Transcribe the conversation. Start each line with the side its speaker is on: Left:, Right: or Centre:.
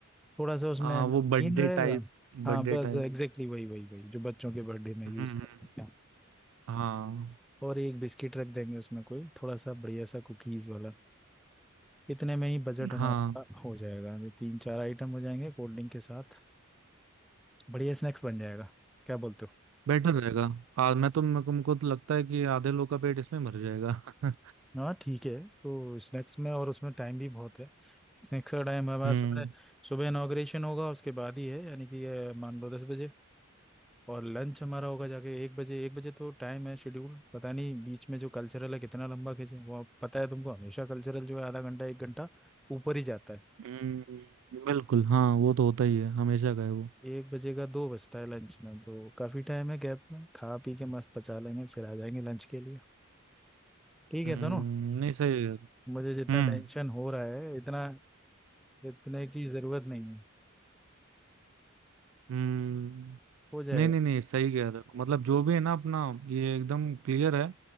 Centre: थोड़ा सा उसमें
Right: आ,
Centre: नमकीन
Right: वो बर्थडे
Centre: रहेगा
Right: टाइप
Centre: हाँ
Right: Birthday
Centre: बस
Right: type
Centre: एग्जैक्टली वही वही वही जो बच्चों के बर्थडे में
Right: हम्म
Centre: यूज कर
Right: हम्म,
Centre: लेते हैं
Right: हाँ
Centre: और एक बिस्किट रख देंगे उसमें कोई थोड़ा सा बढ़िया सा कुकीज वाला इतने में ही बजट
Right: हाँ
Centre: हमारा हो जाएगा ये तीन चार आइटम हो जाएंगे कोल्ड ड्रिंक के साथ बढ़िया स्नैक्स बन जाएगा क्या बोलते हो
Right: बेटर रहेगा आज मैं तो मेरे को मेरे को तो लगता है कि आधे लोग का पेट इसमें भर जाएगा <laughs>
Centre: हाँ ठीक है तो स्नैक्स में और उसमें टाइम भी बहुत है स्नैक्स का टाइम हमारा
Right: हम्म
Centre: सुबह सुबह इनाग्रेशन होगा उसके बाद ही है यानी कि ये मान लो दस बजे और लंच हमारा होगा जाके एक बजे एक बजे तो टाइम है शेड्यूल पता नहीं बीच में जो कल्चरल है कितना लंबा खींचे वो आप- पता है तुमको हमेशा कल्चरल जो है आधा घंटा एक घंटा ऊपर ही जाता है
Right: हम्म, बिल्कुल हाँ वो तो होता ही है हमेशा का है वो
Centre: एक बजे का दो बजता है लंच में तो काफ़ी टाइम है गैप में खा पी के मस्त पचा लेंगे फिर आ जाएंगे लंच के लिए ठीक
Right: हम्म
Centre: है दोनों
Right: नहीं सही है
Centre: मुझे जितना
Right: हम्म
Centre: टेंशन हो रहा है इतना इतने की ज़रूरत नहीं है
Right: हम्म
Centre: हो जाएगा
Right: नहीं नहीं नहीं सही कह रहे हो मतलब जो भी है ना अपना ये एकदम क्लियर है